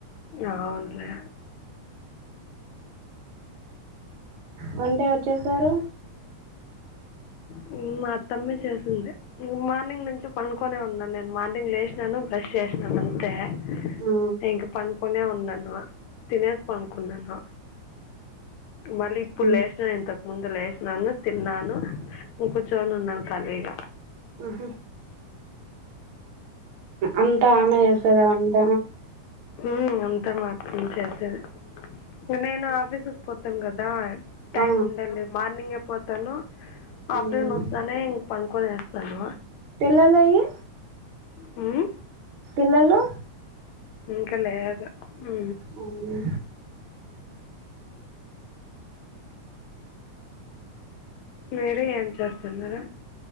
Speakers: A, on the left (about 75°); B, on the right (about 60°).
A: అవునులే
B: వంట ఎవరు చేసారు
A: హు మా అత్తమ్మ చేసింది ను మార్నింగ్ నుంచి ఉ పండుకొనే ఉన్నాను నేను మార్నింగ్ లేసినాను బ్రష్ చేసినాను అంతే
B: ఆ ఆ
A: నే ఇంక పండుకొనే ఉన్నాను తినేసి పండుకున్నాను మళ్ళీ ఇప్పుడు
B: ఆ
A: లేసి సాను ఇంతకు ముందు లేసినాను తిన్నాను కూర్చొని ఉన్నాను ఖాళిగా
B: ఆహా అంతా ఆమె చేస్తాదా వంట
A: ఊ అంతా మా అత్తమ్మ చేసేది నేను ఆఫీస్ పోతాం కదా టైమ్
B: ఆ
A: ఉండల్లేదు మార్నింగ్ ఏ పోత్ తాను హాఫ్
B: ఉమ్.
A: డే వస్తానే ఇంక పడునుకొని వెళ్తాను
B: పిల్లలు అయ్యి
A: హ్మ్.
B: పిల్లలు
A: ఇంకా లేదు ఊ
B: అవునా
A: మీరే ఏర్న్ చేస్తున్నారు